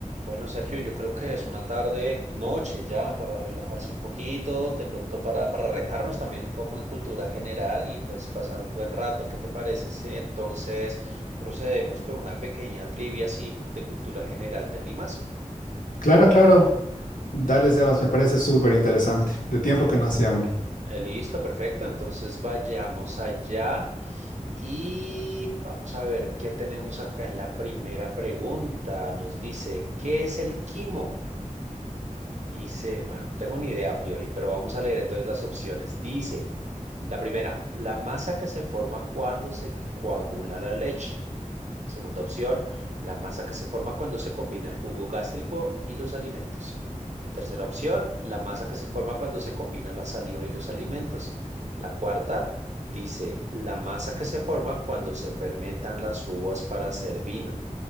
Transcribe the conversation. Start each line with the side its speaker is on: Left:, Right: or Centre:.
Right: Bueno, Sergio, yo creo que es una tarde, noche ya, para relajarse un poquito, de pronto para, para retarnos también un poco en cultura general y pues pasar un buen rato. ¿Qué te parece si entonces procedemos con una pequeña trivia así de cultura general? ¿Te animas?
Left: Claro, claro. Dale, Sebas, me parece súper interesante. De tiempo que no hacía una. <laughs>
Right: Eh, listo, perfecto. Entonces vayamos allá y vamos a ver qué tenemos acá en la primera pregunta. Nos dice, ¿qué es el quimo? Dice, bueno, no tengo ni idea a priori, pero vamos a leer entonces las opciones. Dice, la primera, la masa que se forma cuando se coagula la leche. Segunda opción, la masa que se forma cuando se combina el jugo gástrico y los alimentos. La tercera opción, la masa que se forma cuando se combina la saliva y los alimentos. La cuarta, dice, la masa que se forma cuando se fermentan las uvas para hacer vino.